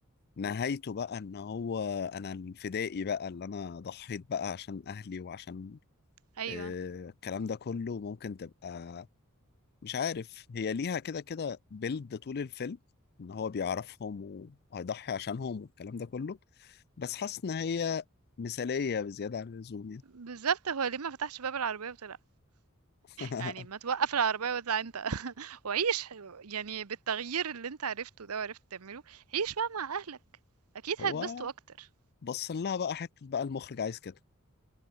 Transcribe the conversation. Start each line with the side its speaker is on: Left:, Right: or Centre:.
Left: نهايته بقى إن هو أنا الفدائي بقى اللي أنا ضحيت بقى عشان أهلي وعشان
Right: ايوه
Left: آه، الكلام ده كله ممكن تبقى مش عارف هي ليها كده كده بيلد طول الفيلم ان هو بيعرفهم وهيضحي عشانهم والكلام ده كله بس حاسس ان هي مثالية بزيادة عن اللزوم يعني
Right: بالضبط، هو ليه ما فتحش باب العربية وطلع؟
Left: <laughs>
Right: يعني ما توقّف العربية واطلع أنت <laughs> وعيش يعني بالتغيير اللي أنت عرفته ده وعرفت تعمله، عيش بقى مع أهلك، أكيد
Left: هو
Right: هيتبسطوا أكتر.
Left: بص لها بقى حتة بقى المخرج عايز كده